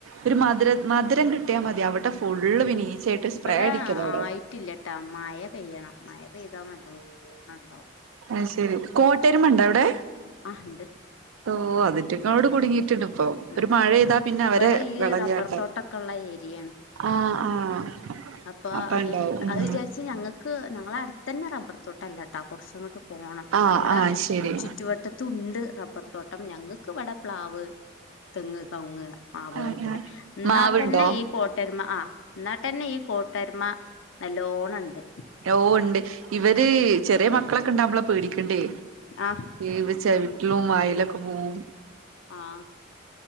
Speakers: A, on the right; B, on the left.
A: ഒരു
B: ആ
A: മധുര മധുരം കിട്ടിയാ മതി അവിടെ ഫുള്ള് പിന്നെ ഈച്ചയായിട്ട് സ്പ്രേ
B: ഇവിടെ
A: അടിക്കല അവിടെ
B: ആയിട്ടില്ല ട്ടോ മഴ പെയ്യണം മയ പെയ്ത നല്ലോണണ്ടാവും
A: അയ്ശെരി കോട്ടരമ ഉണ്ട വിടെ
B: ആ ഇണ്ട്
A: ഓ അതിറ്റങ്ങളോട് കുടുങ്ങി ണ്ട്പ്പോ
B: ഉം
A: ഒരു മഴെയ്താ പിന്നെ അവരെ
B: ഇവിടെ ഈ
A: വിളഞ്ഞാട്ട
B: റബ്ബർ തോട്ടൊക്കെള്ള ഏരിയാണ്
A: ആഹ് ആഹ്
B: അപ്പൊ
A: അപ്പ
B: അതും
A: ഇണ്ടാവും ഉം
B: അത് വിചാരിച്ച് ഞങ്ങക്ക് ഞങ്ങളെ അടുത്ത തന്നെ റബ്ബർ തോട്ടല്ലട്ടാ കുറച്ചങ്ങോട്ട് പോണം പക്ഷെ
A: ആഹ്
B: അവിടെ
A: ആഹ് ശരി
B: ചുറ്റുവട്ടത്തുണ്ട് റബ്ബർ തോട്ടം ഞങ്ങൾക്ക്വ്ടെ പ്ലാവ് തെങ്ങ് കവുങ്ങ് മാവ്
A: ആഹ്
B: അതൊക്കെ
A: ആഹ്
B: പ ഇന്നാ
A: മാവുണ്ടോ
B: തന്നെ ഈ കോട്ടരുമ ആ എന്നാട്ടന്നെ ഈ കോട്ടരമ നല്ലോണം ഉണ്ട്
A: ഓ ഇണ്ട് ഇവര് ചെറിയ മക്കളൊക്കെ ഉണ്ടാവുമ്പോളോ പേടിക്കണ്ടേ
B: ആഹ്
A: ഈവ് ചവിട്ടിലും വായിലൊക്കെ പോവും
B: ആഹ്